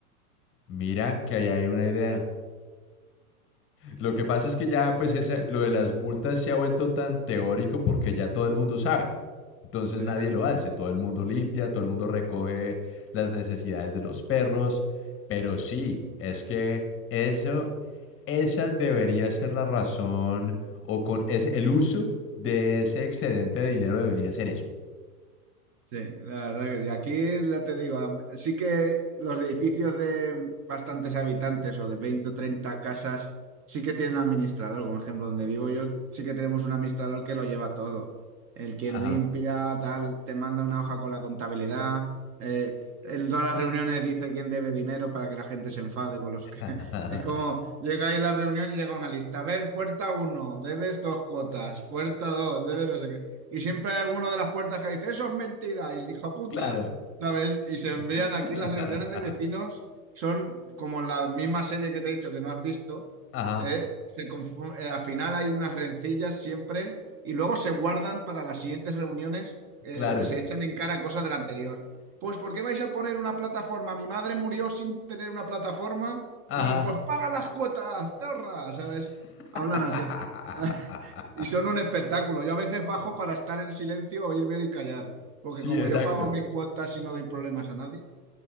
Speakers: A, on the left; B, on the right.
A: Mira que ahí hay una idea. Lo que pasa es que ya, pues, esa- lo de las multas se ha vuelto tan teórico porque ya todo el mundo sabe. Entonces
B: Sí.
A: nadie lo hace. Todo el mundo limpia, todo el mundo recoge las necesidades de los perros. Pero sí, es que eso, esa debería ser la razón o con ese, el uso de ese excedente de dinero debería ser eso.
B: Sí, la verdad que sí. Aquí ya te digo, am- sí que los edificios de bastantes habitantes o de 20 o 30 casas sí que tienen administrador. Como ejemplo, donde vivo yo, sí que tenemos un administrador que lo lleva todo. El quien
A: Ajá.
B: limpia, tal, te manda una hoja con la contabilidad. eh, en todas las reuniones dice quién debe dinero para que la gente se enfade con los
A: <laughs>
B: que... <laughs> Es como, llega ahí la reunión y llega una lista. A ver, puerta uno debes dos cuotas. Puerta 2 debes no sé qué y siempre hay alguno de las puertas que dice, eso es mentira, y el hijo puta,
A: Claro.
B: ¿sabes? Y se envían
A: <laughs>
B: aquí las reuniones de vecinos, son como en la misma serie que te he dicho que no has visto,
A: Ajá.
B: ¿eh? Se confu- eh, al final hay unas rencillas siempre y luego se guardan para las siguientes reuniones, eh,
A: Claro.
B: se echan en cara cosas del anterior. Pues, ¿por qué vais a poner una plataforma? Mi madre murió sin tener una plataforma
A: Ajá.
B: y pues paga las cuotas, zorra, ¿sabes?
A: <laughs>
B: Hablan así. <laughs> Y son un espectáculo. Yo a veces bajo para estar en silencio, oír, ver y callar. Porque
A: Sí,
B: como
A: exacto.
B: yo pago mis cuotas y no doy problemas a nadie.